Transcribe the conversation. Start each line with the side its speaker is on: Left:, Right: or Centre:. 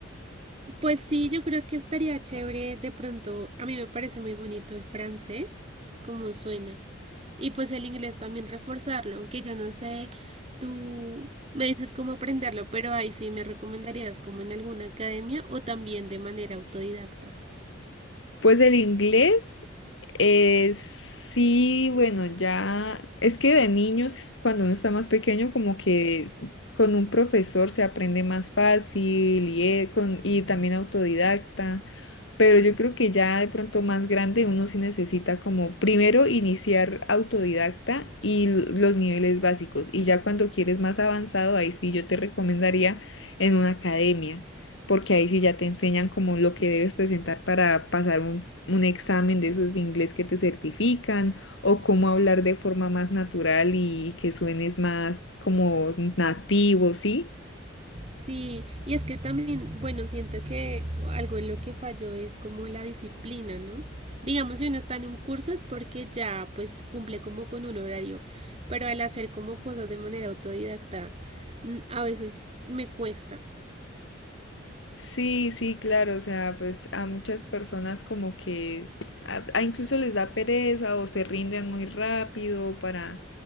Right: Pues sí, yo creo que estaría chévere de pronto, a mí me parece muy bonito el francés, como suena. Y pues el inglés también reforzarlo, aunque yo no sé, tú me dices cómo aprenderlo, pero ahí sí me recomendarías como en alguna academia o también de manera autodidacta.
Left: Pues el inglés, eh, sí, bueno, ya es que de niños, es cuando uno está más pequeño, como que con un profesor se aprende más fácil y, eh, con, y también autodidacta. Pero yo creo que ya de pronto más grande uno sí necesita como primero iniciar autodidacta y l- los niveles básicos. Y ya cuando quieres más avanzado, ahí sí yo te recomendaría en una academia, porque ahí sí ya te enseñan como lo que debes presentar para pasar un, un examen de esos de inglés que te certifican o cómo hablar de forma más natural y que suenes más como nativo, ¿sí?
Right: Sí, y es que también, bueno, siento que algo en lo que falló es como la disciplina, ¿no? Digamos, si uno está en un curso es porque ya pues cumple como con un horario, pero al hacer como cosas de manera autodidacta, mm, a veces me cuesta.
Left: Sí, sí, claro, o sea, pues a muchas personas como que a, a incluso les da pereza o se rinden muy rápido para